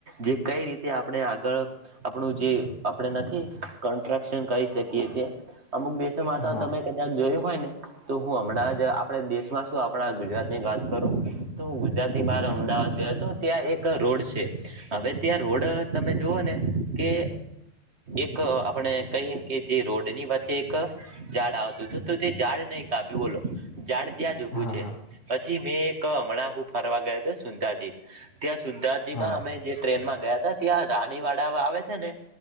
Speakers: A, on the right; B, on the left.
A: જે કઈ રીતે આપણે આગળ આપણું જે આપણે નથી કોન્ટ્રાક્શન કરી શકીએ છીએ અમુક દેશોમાં
B: હા
A: તો તમે જેમ જોયું હોય ને તો હું હમણાં જ આપણે દેશમાં શું આપણા ગુજરાત ની વાત કરું. તો હું ગુજરાત ની બહાર અમદાવાદ ગયો તો ત્યાં એક રોડ છે હવે ત્યાં રોડ તમે જોવો ને કે એક આપણે કહી કે જે રોડની વચ્ચે એક ઝાડ આવતું તું તો તે ઝાડ નહી કાપ્યું બોલો ઝાડ ત્યાં જ ઉભું
B: હા
A: છે.
B: હા
A: પછી મેં એક હમણાં હું ફરવા ગયા છે સુંદાજી ત્યાં સુંદાજી
B: હા
A: માં અમે જે ટ્રેન માં ગયા તા ત્યાં રાનીવાડા આવે છે ને